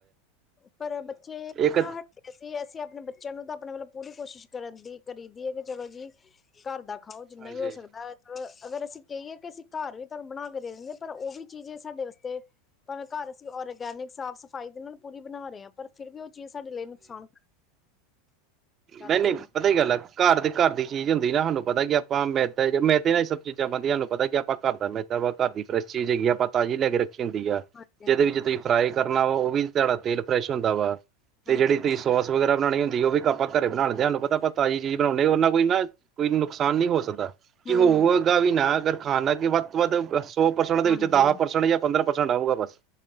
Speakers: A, on the left (about 25°); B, on the right (about 35°).
A: ਪਰ ਬੱਚੇ
B: ਇੱਕ
A: ਨਾ ਹਟ ਅਸੀਂ ਅਸੀਂ ਆਪਣੇ ਬੱਚਿਆਂ ਨੂੰ ਤਾਂ ਆਪਣੇ ਵਲੋਂ ਪੂਰੀ ਕੋਸ਼ਿਸ਼ ਕਰਨ ਦੀ ਕਰੀ ਦੀ ਹੈ ਕਿ ਚਲੋ ਜੀ ਘਰ ਦਾ ਖਾਓ ਜਿੰਨਾ
B: ਹਾਂਜੀ
A: ਵੀ ਹੋ ਸਕਦਾ ਅ ਅਗਰ ਅਸੀਂ ਕਹੀਏ ਕਿ ਅਸੀਂ ਘਰ ਵੀ ਬਣਾ ਕੇ ਦੇ ਦਿੰਦੇ ਪਰ ਉਹ ਵੀ ਚੀਜ਼ ਸਾਡੇ ਵਾਸਤੇ ਭਾਵੇ ਘਰ ਅਸੀਂ ਔਰਗੇ ਗੈਨਿਕ ਸਾਫ਼ ਸਫ਼ਾਈ ਦੇ ਨਾਲ ਪੂਰੀ ਬਣਾ ਰਹੇ ਆ ਪਰ ਫਿਰ ਵੀ ਉਹ ਚੀਜ਼ ਸਾਡੇ ਲਈ ਨੁਕਸਾਨ ਗੱਲ
B: ਨਹੀਂ ਨਹੀਂ
A: ਤੇ ਇਹ
B: ਪਤਾ ਹੀ ਗਲੱਗ ਘਰ ਦੀ ਘਰ ਦੀ ਚੀਜ਼ ਹੁੰਦੀ ਨਾ ਸਾਨੂੰ ਪਤਾ ਕੀ ਆਪਾਂ ਮੈ ਮੈਦੇ ਨਾਲ ਹੀ ਸਭ ਚੀਜ਼ਾਂ ਬਣਦੀਆਂ ਸਾਨੂੰ ਪਤਾ ਕਿ ਆਪਾਂ ਘਰ ਦਾ ਮੈ ਵਾਂ ਘਰ ਦੀ ਫਰੈਸ਼ ਚੀਜ਼ ਹੈਗੀ ਆਪਾਂ ਤਾਜ਼ੀ ਲੈ ਕੇ ਰੱਖੀ ਹੁੰਦੀ ਆ
A: ਹਾਂਜੀ
B: ਜਿਹਦੇ
A: ਹਾਂਜੀ
B: ਵਿੱਚ ਤੁਸੀਂ ਫਰਾਈ ਕਰਨਾ ਵਾ ਉਹ ਵੀ ਤੁਹਾਡਾ ਤੇਲ ਫਰੈਸ਼ ਹੁੰਦਾ ਵਾ ਤੇ
A: ਹਾਂਜੀ
B: ਜਿਹੜੀ ਤੁਸੀਂ ਸੋਸ ਵਗੈਰਾ ਬਉਣੀੁੰਦੀ ਉਹ ਵੀ ਕੱ ਘਰੇ ਬਣਾਉਣਦੇ ਸਾਨੂੰ ਪਤਾ ਆਪ ਤਾਜ਼ੀ ਚੀਜ਼ ਬਣਾਉਂਦੇ ਉਹਨਾਂ ਕੋਈ ਨਾ ਕੋਈ ਨੁਕਸਾਨ ਨੀ ਹੋ ਸਕਦਾ ਕਿ
A: ਹੂੰ
B: ਹੋਵੇਗਾ
A: ਹੂੰ
B: ਵੀ ਨਾ ਅਗਰ ਖਾਨਾ ਕਿ ਵੱਧ ਤੋਂ ਵੱਧ ਸੌ ਪਰਸੈਂਟ ਦੇ
A: ਹਾਂਜੀ
B: ਵਿੱਚ ਦਸ ਪਰਸੈਂਟ ਜਾਂ ਪੰਦਰਾਂ ਪਰਸੈਂਟ ਆਊਗਾ ਬਸ